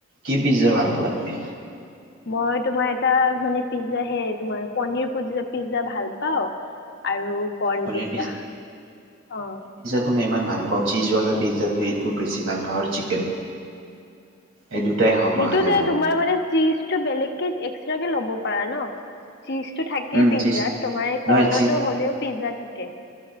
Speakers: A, on the right; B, on the left.
A: কি পিজ্জা ভাল পোৱা তুমি?
B: মই তোমাৰ এটা মানে পিজ্জা হে তোমাৰ পনিৰ পজ্জা পিজ্জা ভাল পাওঁ। আৰু কৰ্ণ
A: পনীৰ
B: পিজ্জা অ।
A: তুমি ইমান ভাল নাপাওঁ চীজোৱালা পিজ্জাটো সেইটো বেছি ভাল পাওঁ আৰু চিকেন। এই দুটাই
B: অ
A: খাওঁ
B: সেইটো
A: মই খালে
B: তোমাৰ মানে চিজটো বেলেগকে এক্সট্ৰাকে ল'ব পাৰা ন, চিজটো থাকেই
A: উম,
B: পিজ্জাত
A: চীজ
B: তোমাৰ এই
A: নহয়
B: কৰ্ণটো হ'লেও পিজ্জা থাকে।